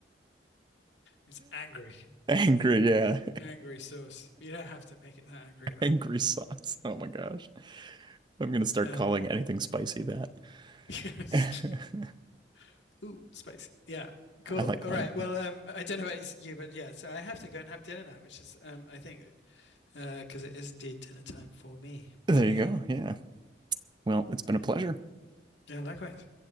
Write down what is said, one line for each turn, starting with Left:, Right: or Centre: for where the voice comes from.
Left: It's angry,
Right: <laughs> Angry. Yeah.
Left: angry sauce. You don't have to make it that angry,
Right: <laughs>
Left: but
Right: Angry sauce. Oh my gosh. I'm gonna start
Left: um,
Right: calling anything spicy that.
Left: yes.
Right: <laughs> I
Left: <laughs> Ooh, spicy. Yeah, cool.
Right: like
Left: All
Right: my.
Left: right. Well, um, I don't know about you, but yeah. So I have to go and have dinner now, which is um, I think because uh, it is indeed dinner time for me
Right: There
Left: over
Right: you
Left: here.
Right: go. Yeah. Well, it's been
Left: Uh,
Right: a pleasure.
Left: yeah, likewise.